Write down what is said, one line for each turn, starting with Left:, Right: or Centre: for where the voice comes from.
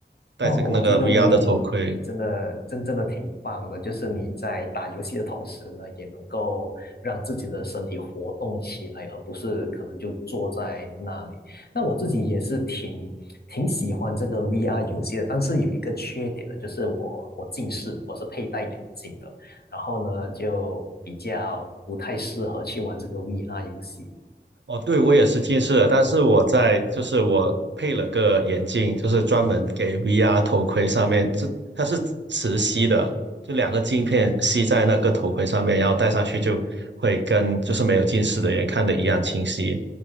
Right: 戴着那个
Left: 哇，我我觉得你你你真的真正的挺棒的，
Right: VR 的头盔，
Left: 就是你在打游戏的同时呢，也能够让自己的身体活动起来，而不是可能就坐在那里。那我自己也是挺挺喜欢这个 VR 游戏的，但是有一个缺点呢，就是我我近视，我是佩戴眼镜的，然后呢就比较不太适合去玩这个 VR 游戏。
Right: 哦，对，我也是近视的，但是我在就是我配了个眼镜，就是专门给 VR 头盔上面，这它是磁吸的，就两个镜片吸在那个头盔上面，然后戴上去就会跟就是没有近视的人看的一样清晰。